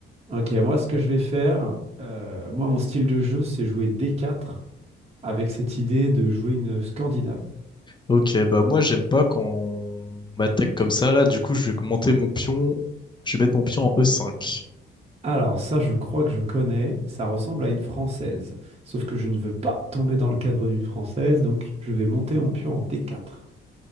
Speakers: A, on the right; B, on the left.
A: Ok, moi, ce que je vais faire, euh, moi, mon style de jeu, c'est jouer D4 avec cette idée de jouer une Scandinave.
B: Ok, bah moi, j'aime pas quand on m'attaque comme ça, là. Du coup, je vais monter mon pion. Je vais mettre mon pion en E5.
A: Alors, ça, je crois que je connais. Ça ressemble à une Française. Sauf que je ne veux pas tomber dans le cadre d'une Française, donc je vais monter mon pion en D4.